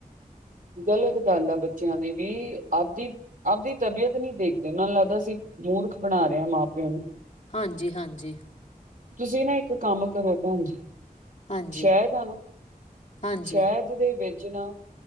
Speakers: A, on the right (about 60°); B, on the left (about 50°).
A: ਗਲਤ ਗੱਲ ਆ ਬੱਚਿਆਂ ਦੀ ਵੀ ਆਪਦੀ ਆਪਦੀ ਤਬੀਅਤ ਨਹੀਂ ਦੇਖਦੇ ਨਾ ਉਹਨਾਂ ਨੂੰ ਲੱਗਦਾ ਅਸੀਂ ਮੂਰਖ ਬਣਾ ਰਹੇ ਹਾਂ ਮਾਂ ਪਿਓ ਨੂੰ।
B: ਹਾਂਜੀ ਹਾਂਜੀ।
A: ਤੁਸੀਂ ਨਾ ਇੱਕ ਕੰਮ ਕਰੋ ਭੈਣ ਜੀ।
B: ਹਾਂਜੀ
A: ਸ਼ਹਿਦ ਆ ਨਾ
B: ਹਾਂਜੀ
A: ਸ਼ਹਿਦ ਦੇ ਵਿੱਚ ਨਾ